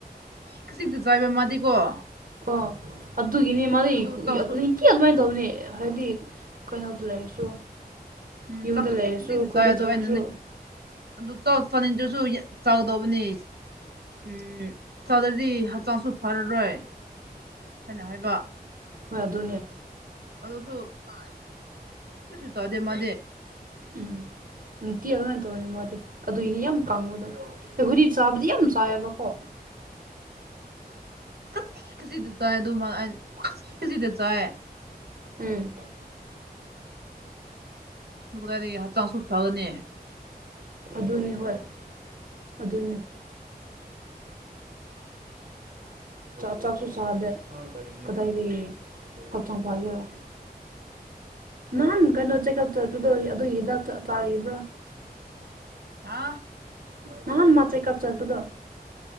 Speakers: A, on the right (about 75°); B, on the right (about 60°).
A: <unintelligible>
B: ꯑꯣ ꯑꯗꯨꯒꯤꯅꯦ <unintelligible>
A: ꯑꯗꯨ ꯆꯥꯛꯁꯨ
B: ꯀ ꯑꯗꯨꯃꯥꯏꯅ ꯇꯧꯅꯤ ꯍꯥꯏꯗꯤ ꯀꯩꯅꯣꯗ ꯂꯩꯔꯁꯨ
A: ꯎꯝ
B: ꯌꯨꯝꯗ
A: ꯆꯈꯥꯁꯤ
B: ꯂꯩꯔꯁꯨ
A: ꯈꯥꯁꯤꯗꯤ
B: ꯈꯨꯟꯗ
A: ꯆꯥꯏ ꯑꯗꯣ
B: ꯆꯠꯂꯁꯨ
A: ꯑꯩꯅꯅꯦ ꯑꯗꯨ ꯐꯔꯅꯤꯆꯔꯁꯨ ꯆꯥꯒꯗꯧꯕꯅꯤ ꯎꯝ ꯆꯥꯗ꯭ꯔꯗꯤ ꯍꯛꯆꯥꯡꯁꯨ ꯐꯔꯔꯣꯏ ꯍꯥꯏꯅ ꯍꯥꯏꯕ
B: ꯍꯣꯏ ꯑꯗꯨꯅꯦ
A: ꯑꯗꯁꯨꯁꯨ ꯆꯗꯦ ꯃꯦ꯫
B: ꯎꯝ ꯅꯨꯡꯇꯤ ꯑꯗꯨꯃꯥꯏꯅ ꯇꯧꯕꯅꯤ ꯃꯥꯗꯤ ꯑꯗꯨꯒꯤꯅꯦ ꯌꯥꯝ ꯀꯥꯡꯉꯗ꯫ ꯑꯍꯨꯔꯤ ꯆꯥꯕꯗꯤ ꯌꯥꯝ ꯆꯥꯏꯑꯕꯀꯣ꯫
A: ꯈꯖꯤꯛ ꯈꯖꯤꯛꯇ ꯆꯥꯏ ꯑꯗꯨꯃ ꯈꯖꯤꯛꯇ ꯆꯥꯏ꯫
B: ꯎꯝ
A: ꯑꯗꯨ ꯀꯗꯥꯏ ꯂꯩ ꯍꯛꯆꯥꯡꯁꯨ ꯐꯒꯅꯦ
B: ꯑꯗꯨꯅꯤ ꯍꯣꯏ ꯑꯗꯨꯅꯤ꯫ ꯆꯥꯛꯁꯨ ꯆꯥꯗꯦ ꯀꯗꯥꯏꯗꯒꯤ꯫ ꯍꯛꯆꯥꯡ ꯐꯒꯤꯔꯣ꯫ ꯅꯍꯥꯟ ꯀꯩꯅꯣ ꯆꯦꯛꯑꯞ ꯆꯠꯄꯗꯣ ꯑꯗꯨꯒꯤ ꯗꯥꯛꯇ ꯇꯥꯔꯤꯕ꯭ꯔꯥ
A: ꯍꯥ
B: ꯅꯍꯥꯟ ꯃꯥ ꯆꯦ ꯀꯥꯞ ꯆꯠꯄꯗꯣ꯫